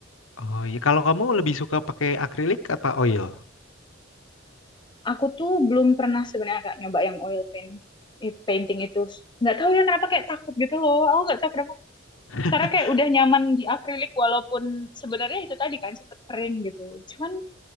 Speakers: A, on the left; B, on the left.
A: Oh iya, kalau kamu lebih suka pakai akrilik apa oil?
B: Aku tuh belum pernah sebenarnya Kak nyoba yang oil paint i- painting itu. Nggak tahu ya kenapa kayak takut gitu loh. Aku nggak tahu kenapa.
A: <laughs>
B: Karena kayak udah nyaman di akrilik walaupun sebenarnya itu tadi kan cepet kering gitu. Cuman